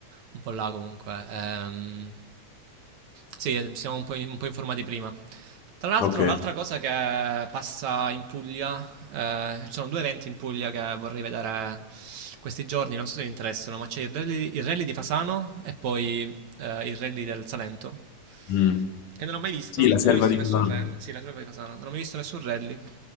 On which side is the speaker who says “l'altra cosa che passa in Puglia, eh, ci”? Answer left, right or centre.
Right